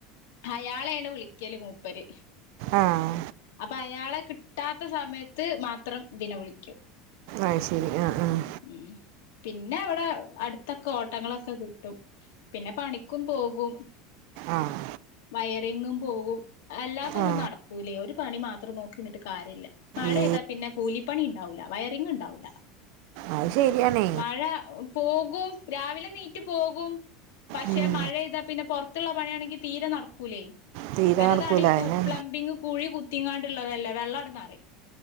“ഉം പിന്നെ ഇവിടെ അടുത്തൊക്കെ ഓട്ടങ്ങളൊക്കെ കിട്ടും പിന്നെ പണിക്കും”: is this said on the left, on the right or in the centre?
Left